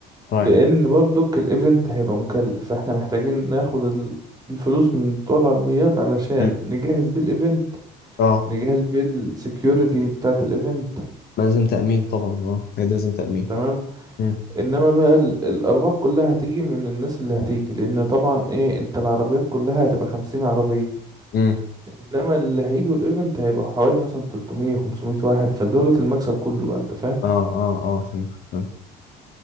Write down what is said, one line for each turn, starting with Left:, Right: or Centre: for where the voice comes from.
Left: طيب
Right: لأن برضك الإيفنت هيبقى مكلف فإحنا محتاجين ناخد ال- الفلوس من بتوع العربيات علشان
Left: مم.
Right: نجهز بيه الإيفنت
Left: اه
Right: نجهز بيه السكيورتي بتاعة الإيفنت
Left: لازم تأمين طبعا اه هي دي لازم تأمين
Right: تمام
Left: مم.
Right: انما بقى ال- الارباح كلها هتيجي من الناس اللي هتيجي لان طبعا ايه انت العربيات كلها هتبقى خمسين عربية
Left: مم.
Right: انما اللي هيجوا الايفنت هيبقوا حوالي مثلا 300 500 واحد فدولة المكسب كله بقى انت فاهم
Left: اه اه اه فهمت فهمت